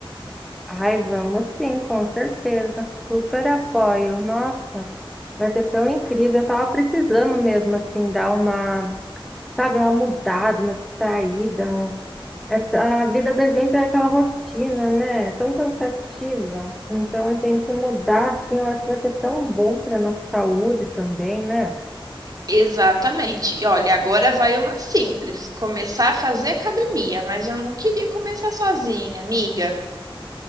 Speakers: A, in the centre; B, on the right (about 40°).
A: Ai, vamos sim, com certeza. Super apoio. Nossa, vai ser tão incrível. Eu tava precisando mesmo, assim, dar uma, sabe, uma mudada, uma distraída, um É- A vida da gente é aquela rotina, né? É Tão cansativa. Então, a gente mudar, assim, eu acho que vai ser tão bom para nossa saúde também, né?
B: Exatamente. E olha, agora vai uma simples. Começar a fazer academia, mas eu não queria começar sozinha, amiga.